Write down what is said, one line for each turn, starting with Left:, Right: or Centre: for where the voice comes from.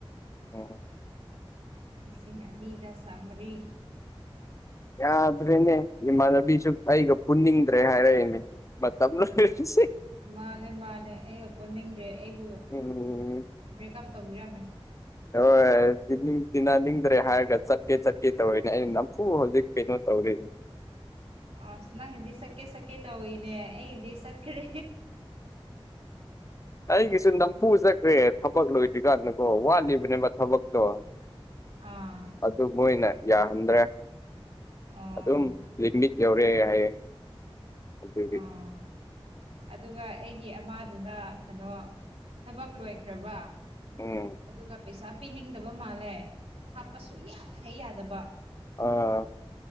Left: ꯑꯣ
Right: ꯂꯤꯁꯤꯡ ꯑꯅꯤꯒ ꯆꯥꯝꯃꯔꯤ
Left: ꯌꯥꯗ꯭ꯔꯦꯅꯦ ꯏꯃꯥꯟꯅꯕꯤꯆꯨꯞ ꯑꯩꯒ ꯄꯨꯟꯅꯤꯡꯗ꯭ꯔꯦ ꯍꯥꯏꯔꯛꯏꯅꯦ ꯃꯇꯝ ꯂ‌ꯣꯏꯍꯟꯈꯤꯁꯤ
Right: ꯃꯥꯅꯦ ꯃꯥꯅꯦ ꯑꯩꯒ ꯄꯨꯟꯅꯤꯡꯗ꯭ꯔꯦ ꯑꯩꯕꯨ
Left: ꯎꯝ
Right: ꯕ꯭ꯔꯦꯛ ꯀꯞ ꯇꯧꯕꯤꯔꯝꯃꯦ
Left: ꯍꯣꯏ ꯇꯛ ꯇꯤꯅꯤꯡ ꯇꯤꯟꯅꯅꯤꯡꯗ꯭ꯔꯦ ꯍꯥꯏꯔꯒ ꯆꯠꯀꯦ ꯆꯠꯀꯦ ꯇꯧꯔꯤꯅꯦ ꯑꯩꯅ ꯅꯝꯐꯨ ꯍꯧꯖꯤꯛ ꯀꯩꯅꯣ ꯇꯧꯔꯤꯅꯦ
Right: ꯑꯁ ꯅꯪꯒꯤꯗꯤ ꯁꯛꯀꯦ ꯁꯛꯀꯦ ꯇꯧꯏꯅꯦ ꯑꯩꯒꯤꯗꯤ ꯆꯠꯈ꯭ꯔꯦ
Left: ꯑꯩꯒꯤꯁꯨ ꯅꯝꯐꯨ ꯆꯛ ꯈ꯭ꯔ‌ꯦ ꯊꯕꯛ ꯂꯣꯏꯗ꯭ꯔꯤꯀꯥꯟꯗꯀꯣ ꯋꯥꯠꯂꯤꯕꯅꯦꯕ ꯊꯕꯛꯇꯣ
Right: ꯑꯥ
Left: ꯑꯗꯨ ꯃꯣꯏꯅ ꯌꯥꯍꯟꯗ꯭ꯔꯦ
Right: ꯑꯣ
Left: ꯑꯗꯨꯝ ꯗꯤꯒꯤꯅꯤꯛ ꯌꯧꯔ‌ꯦ ꯍꯥꯏꯌꯦ ꯑꯗꯨꯒꯤ
Right: ꯑꯣ ꯑꯗꯨꯒ ꯑꯩꯒꯤ ꯑꯃꯥꯗꯨꯅ ꯀꯟꯅꯣ ꯊꯕꯛ ꯂꯣꯏꯈ꯭ꯔꯕ
Left: ꯎꯝ
Right: ꯑꯗꯨꯒ ꯄꯩꯁꯥ ꯄꯤꯅꯤꯡꯗꯕ ꯃꯥꯜꯂꯦ ꯍꯥꯞꯄ ꯁꯨꯌꯥꯍꯩ ꯌꯥꯗꯕ
Left: ꯑ